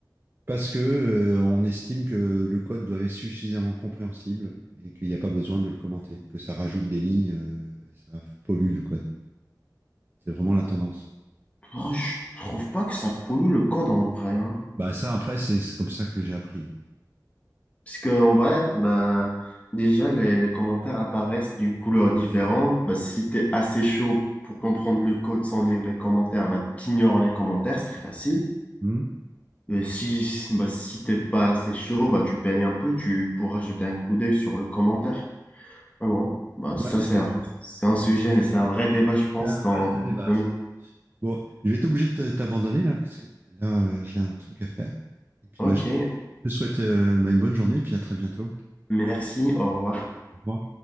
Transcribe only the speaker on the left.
Oh, je trouve pas que ça pollue le code en vrai, hein.
Parce que en vrai, bah déjà les, les commentaires apparaissent d'une couleur différente. Bah, si t'es assez chaud pour comprendre le code sans lire les commentaires, bah t'ignores les commentaires, c'est très facile.
Et si si- bah si t'es pas assez chaud, bah tu peignes un peu, tu pourras jeter un coup d'œil sur le commentaire. Mais bon, bah
ça c'est un, c'est un sujet, c'est un vrai débat, je pense,
dans.
dans-
le domaine.
Ok,
merci, au revoir.